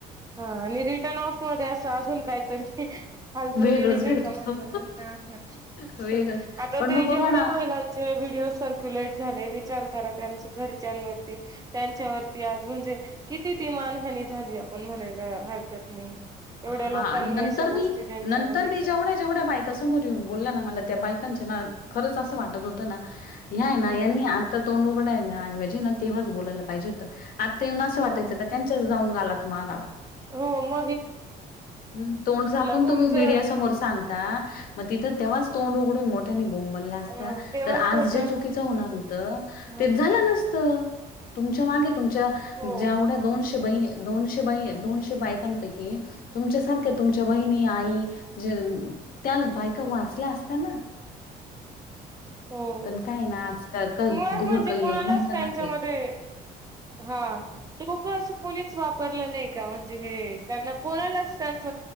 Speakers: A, on the right; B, on the left.
A: हा आणि रिटर्न ऑफ मध्ये असं अजून काहीतरी फालतुगिरी
B: वेगळंच
A: नाही
B: भेटतं.
A: का म्हणजे कसं
B: वेगळंच.
A: आता
B: पण
A: ते
B: मग बघा
A: जेवढ्या
B: ना
A: महिलांचे व्हिडिओ सर्क्युलेट झाले विचार करा त्यांच्या घरच्यांवरती त्यांच्यावरती आज म्हणजे किती ती मान हनी झाली पण म्हणायला हरकत नाही एवढ्या
B: हा
A: लोकांनी
B: आणि नंतर
A: अशा गोष्टी
B: बी
A: त्यांच्या
B: नंतर
A: बघितल्या
B: बी जेवढ्या जेवढ्या बायका समोर येऊन बोलल्या ना मला त्या बायकांच्या ना खरंच असं वाटत होतं ना ह्याय
A: हम्म.
B: ना यांनी आता तोंड ऐजी तेवच बोलायला पाहिजे होत आता असं
A: हो
B: वाटायचं का त्यांच्या जाऊन गाला त मारावा
A: हो म
B: हम् तोंड झाकून
A: तुमचं
B: तुम्ही मीडिया समोर सांगता मग तिथं तेव्हा तोंड उघडून मोठ्यानी बोंबलल्या असत्या
A: अ तेव्हाच
B: तर आज
A: थोडसं
B: जे चुकीचं होणार होत
A: हा.
B: तेच झालं नसत तुमच्या मागे तुमच्या
A: हो
B: ज्यावढ्या दोनशे बाई दोनशे बाई दोनशे बायकांपैकी क तुमच्या सारख्या तुमच्या बहिणी आई ज त्या बायका वाचल्या असत्याना
A: हो.
B: पण काय ना आजकाल क
A: मुळात
B: घोरकलयुग
A: म्हणजे कोणालाच
B: म्हणत
A: त्यांच्यामध्ये
B: ना ते
A: हा त असं कोणीच वापरलं नाही का म्हणजे हे त्यांना कोणालाच त्यांच